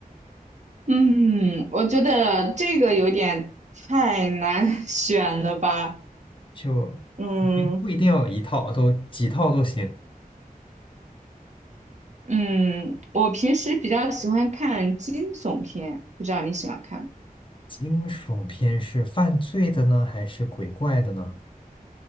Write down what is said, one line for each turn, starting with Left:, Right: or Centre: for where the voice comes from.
Right: 嗯，我觉得这个有点太难 <laughs> 选了吧。
Left: 就
Right: 嗯
Left: 不不一定要有一套，都几套都行。
Right: 嗯，我平时比较喜欢看惊悚片，不知道你喜欢看吗？
Left: 惊悚片是犯罪的呢，还是鬼怪的呢？